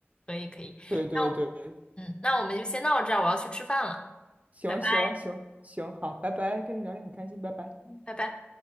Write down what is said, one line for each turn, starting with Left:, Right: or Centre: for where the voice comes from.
Left: 可以可以，
Right: 对对对，
Left: 那我嗯，那我们就先到这儿，我要去吃饭了，
Right: 行行行行，
Left: 拜拜
Right: 好，拜拜，跟你聊天很开心，拜拜。
Left: 拜拜。